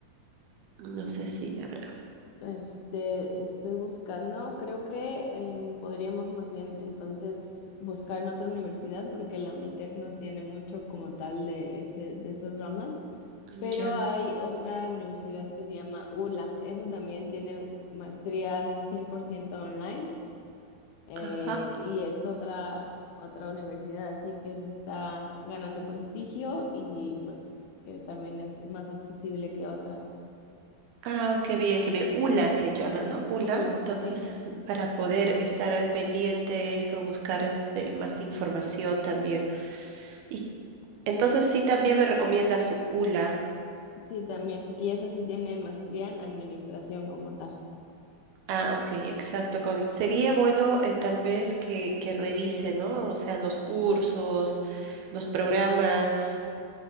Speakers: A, on the right (about 75°); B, on the left (about 75°).
A: No sé si habrá.
B: Este, estoy buscando, creo que em, podríamos más bien entonces buscar en otra universidad porque la Unitec no tiene mucho como tal de ese, de esas ramas,
A: mm,
B: pero
A: Ya.
B: hay otra universidad que se llama ULA, esa también tiene maestrías 100% online eh,
A: Ajá.
B: y es otra, otra universidad, así que se está ganando prestigio y pues que también es más accesible que otras.
A: Ah, qué bien, qué bien. ULA se llama, ¿no? ULA.
B: ULA,
A: Entonces,
B: sí.
A: para poder estar pendientes o buscar este, más información también. Y entonces sí también me recomiendas ULA.
B: Sí, también. Y esa sí tiene maestría en administración como tal.
A: Ah, ok, exacto. Connie. Sería bueno eh, tal vez que, que revise, ¿no? O sea, los cursos, los programas,